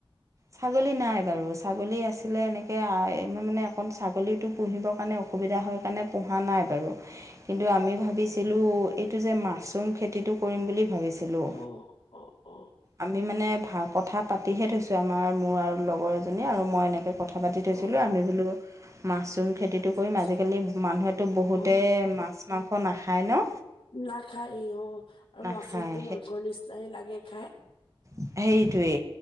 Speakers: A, on the right; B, on the left.
A: ছাগলী নাই বাৰু। ছাগলী আছিলে এনেকে আ এইবাৰ মানে অকণ ছাগলীটো পুহিবৰ কাৰণে অ অসুবিধা হয় কাৰণে পোহা নাই বাৰু। কিন্তু আমি
B: অ
A: ভাবিছিলোঁ
B: অ
A: এইটো যে মাছৰুম খেতিটো কৰিম বুলি ভাবি ছিলোঁ।
B: অ অ অ
A: আমি মানে ভা কথা পাতিহে থৈছোঁ। আমাৰ মোৰ আৰু লগৰ এজনীয়ে আৰু মই এনেকে কথা কথা পাতি থৈছিলোঁ।
B: অ
A: আমি বোলো মাছৰুম খেতিটো
B: আচ্ছা
A: কৰিম
B: আচ্ছা
A: আজিকালি মানুহেতো বহুতে
B: অ
A: মাছ মাংস নাখায় ন?
B: নাখায় অঁ, আৰু
A: নাখায়
B: মাছৰুমটো মাংসৰ নিচিনাই লাগে খাই।
A: সেইটোৱে।